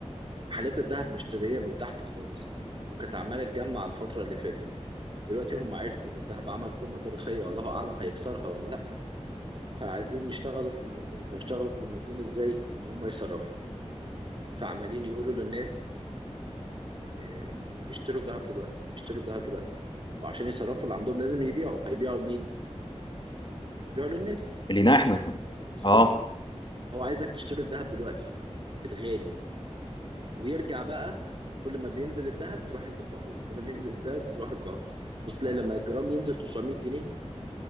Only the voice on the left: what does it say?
لينا احنا
اه